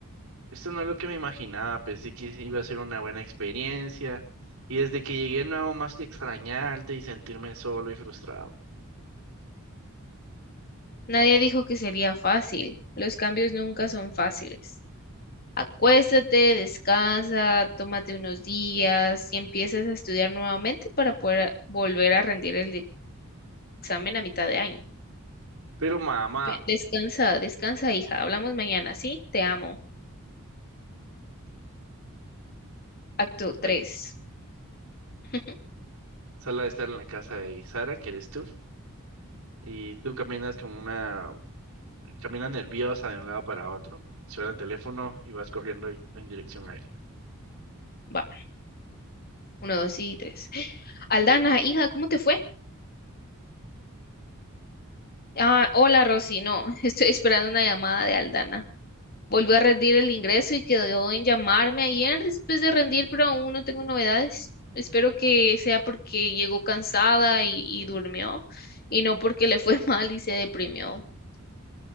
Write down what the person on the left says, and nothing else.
Nadie dijo que sería fácil. Los cambios nunca son fáciles. Acuéstate, descansa, tómate unos días y empiezas a estudiar nuevamente para poder a- volver a rendir el de- examen a mitad de año.
Ve, Descansa, descansa, hija. Hablamos mañana, ¿sí? Te amo. Acto 3.
<laughs>
Va, uno, 2 y 3. Aldana, hija, ¿cómo te fue? Ah, hola Rosy, no, <laughs> estoy esperando una llamada de Aldana. Volvió a rendir el ingreso y quedó en llamarme ayer después de rendir, pero aún no tengo novedades. Espero que sea porque llegó cansada y, y durmió y no porque le fue <laughs> mal y se deprimió.